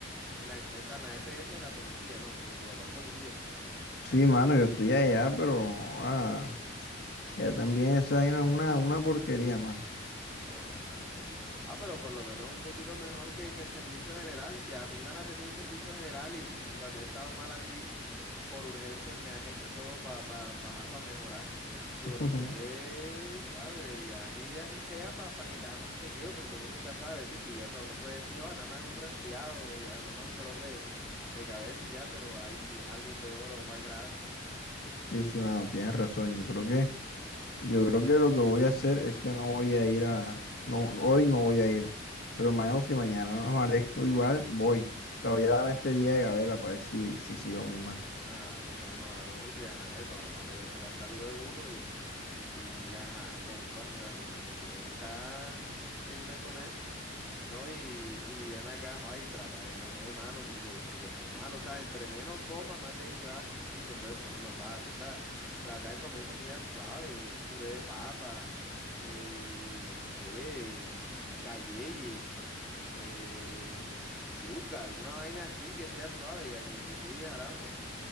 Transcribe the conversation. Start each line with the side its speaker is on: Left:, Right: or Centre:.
Centre: En la, o sea, en la EPS de la policía, no, porque tu papá es policía.
Left: Sí, mano, yo estoy allá, pero, ah, Ya también esa vaina es una, una porquería más.
Centre: Oh, mano. Ah, pero por lo menos un poquito mejor que, que el servicio general. Si a mí me han atendido en servicio general y, y cuando he estado mal así, por urgencias me han hecho todo para pa, pa, pa pa mejorar. Yo
Left: <laughs>
Centre: creo que ah, deberías ir así sea para que te hagan un chequeo, porque uno nunca sabe si pilla. O sea, uno puede decir, oh, nada más es un resfriado, o ya, nada más un dolor de, de cabeza y ya, pero ahí si es algo peor o más grave.
Left: Sí, sí, mano, tienes razón. Yo creo que, yo creo que lo que voy a hacer es que no voy a ir a, no, hoy no voy a ir. Pero mañana, si mañana no amanezco igual, voy. O sea, voy a darme este día de gabela para ver si, si sigo mi mal.
Centre: Aro, mano, aro, porque ajá, de todas maneras esa es la salud de uno y, y ajá, compa, o sea, uno, uno tiene que estar firme con eso, ¿no? Y, y ven acá, joa, y trata de comer, mano, porque, porque eso es malo, o sea, entre menos comas, más débil te vas a sentir, te puedes poner más barro, o sea, trata de comer comida suave, un puré de papa, eh, no sé, eh, cayeye, eh, yuca, alguna vaina así que sea suave, ya que, que tú digas, arajo